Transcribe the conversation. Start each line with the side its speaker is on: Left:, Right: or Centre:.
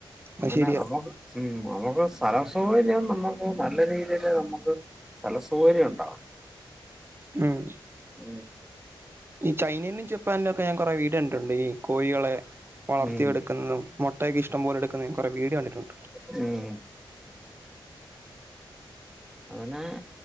Centre: അങ്ങനെ
Right: അത് ശരിയാ
Centre: മക്ക് ഉം നമുക്ക് സ്ഥല സൗകര്യം നമ്മുക്ക് നല്ല രീതിയില് നമുക്ക് സ്ഥല സൗകര്യം ഉണ്ടവാണ
Right: ഉം
Centre: ഉം
Right: ഈ ചൈനന്നു ജപ്പാനിന്നുക്കെ ഞാൻ കൊറെ വീടിയോ കണ്ടിട്ടുണ്ട് ഈ കോഴികളെ വളർത്തിയടുക്കുന്നതും
Centre: ഉം
Right: മുട്ട ക്ക ഇഷ്ടം പോലെ എടുക്കതും കുറെ വീഡിയ കണ്ടിട്ടുണ്ട്
Centre: മ് മ് അതിനെ